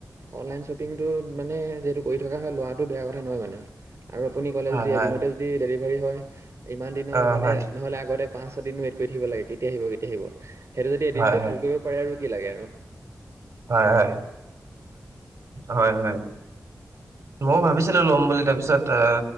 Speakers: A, on the right; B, on the right.
A: অনলাইন শ্বপিংটোত মানে যিহেতু কৰি থকা হয় লোৱাটো বেয়া কথা নহয় মানে আৰু আপুনি কলে
B: হয়,
A: যদি
B: হয়,
A: এদিনতে
B: হয়,
A: যদি ডেলিভাৰী হয় ইমান দিনৰ
B: অ',
A: মানে
B: হয়,
A: নহলে আগতে পাঁচ ছদিন ৱেট কৰি থাকিব লাগে কেতিয়া আহিব কেতিয়া আহিব সেইটো যদি এদিনতে
B: হয়, হয়,
A: পূৰ কৰিব পাৰে আৰু কি লাগে আৰু।
B: হয় হয় হয় হয় ময় ভাবিছিলো লম বুলি তাৰপিছত এ,